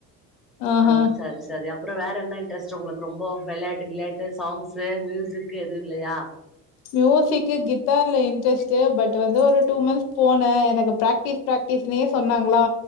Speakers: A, on the left; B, in the centre.
A: ஆஹா
B: ஆ சாரி ஸ் சரி அப்ற வேற என்ன இன்ட்ரெஸ்ட் உங்ளுக் ரொம்போ வெள்யாட்டு கிள்யாட்டு சாங்ஸு மியூசிக் எதுவு இல்லயா
A: மியூசிக்கு கிட்டார்ல இன்டஸ்ட்டு பட் வந்து ஒரு டூ மந்த்ஸ் போன எனக்கு ப்ராக்டிஸ் ப்ராக்டிஸ்னே சொன்னாங்ளா